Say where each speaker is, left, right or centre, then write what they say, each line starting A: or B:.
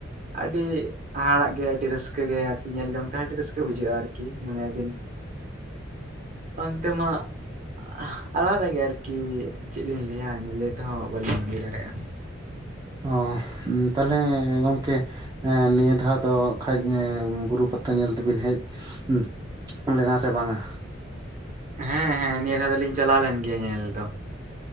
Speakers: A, on the right (about 40°); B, on the right (about 20°).
A: ᱟᱹᱰᱤ ᱦᱟᱦᱟᱲᱟᱜ ᱜᱮ ᱟᱹᱰᱤ ᱨᱟᱹᱥᱠᱟᱹ ᱟᱹᱠᱟᱹ ᱜᱮ ᱟᱨᱠᱤ ᱧᱮᱞ ᱡᱚᱝ ᱛᱮᱦᱚᱸ ᱟᱹᱰᱤ ᱨᱟᱹᱥᱠᱟᱹ ᱵᱩᱡᱷᱟᱹᱜᱼᱟ ᱟᱨᱠᱤ ᱢᱟᱱᱮ ᱟ. ᱵᱤᱱ ᱚᱱᱛᱮ ᱢᱟᱜ ᱟᱦ ᱟᱞᱟᱫᱟ ᱜᱮ ᱟᱨᱠᱤ ᱪᱮᱫ ᱞᱤᱧ ᱞᱟᱹᱭᱟ ᱧᱮᱞᱟᱹᱭ ᱛᱮᱦᱚᱸ ᱵᱟᱹᱞᱤᱧ ᱞᱟᱹᱭ ᱫᱟᱲᱮᱭᱟᱜᱼᱟ
B: ᱚᱦᱻ ᱛᱟᱞᱦᱮ ᱜᱚᱝᱠᱮ ᱱᱤᱭᱟᱹ ᱫᱷᱟᱣ ᱫᱚ ᱠᱷᱟᱡ ᱵᱩᱨᱩ ᱯᱟᱛᱟ ᱧᱮᱞ ᱛᱮᱵᱤᱱ ᱦᱮᱡ <unintelligible> ᱞᱮᱱᱟ ᱥᱮ ᱵᱟᱝᱟ
A: ᱦᱮᱸ ᱦᱮᱸ ᱱᱤᱭᱟᱹ ᱫᱷᱟᱣ ᱫᱚᱞᱤᱧ ᱪᱟᱞᱟᱣ ᱞᱮᱱ ᱜᱮᱭᱟ ᱧᱮᱞ ᱫᱚ